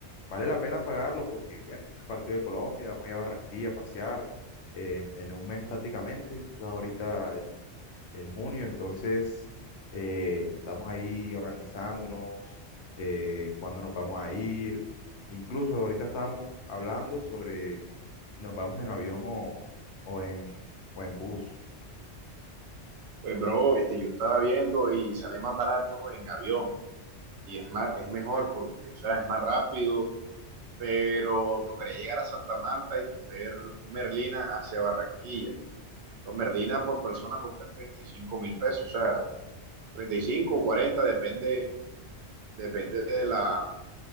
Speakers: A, on the left; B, on the right.
A: vale la pena pagarlo porque, bueno, el partido de Colombia, vamos a ir a Barranquilla a pasear eh, en un mes prácticamente, eso es ahorita el- en junio, entonces eh, estamos ahí organizándonos, eh, cuándo nos vamos a ir, incluso ahorita estamos hablando sobre nos vamos en avión o, o en, o en bus.
B: Pues, bro, este, yo estaba viendo y sale más barato en avión. y es más, es mejor porque, o sea, es más rápido, pero tocaría llegar a Santa Marta y coger Merlina hacia Barranquilla. Los Merlina por persona cuestan 35 mil pesos, o sea, 35 o 40, depende, depende de la,